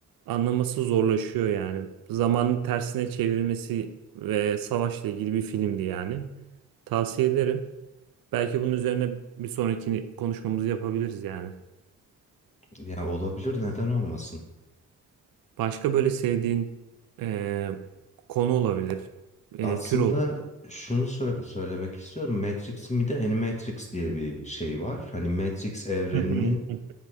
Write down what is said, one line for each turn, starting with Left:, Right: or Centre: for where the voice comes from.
Right: anlaması zorlaşıyor yani. Zamanın tersine çevrilmesi ve savaşla ilgili bir filmdi yani. Tavsiye ederim. Belki bunun üzerine bir sonraki konuşmamızı yapabiliriz yani.
Left: Ya olabilir neden olmasın?
Right: Başka böyle sevdiğin e, konu olabilir, e,
Left: Aslında
Right: tür olabilir.
Left: şunu sö- söylemek istiyorum. Matrix'in bir de Animatrix diye bir şey var. Hani Matrix evreninin
Right: Hı hı.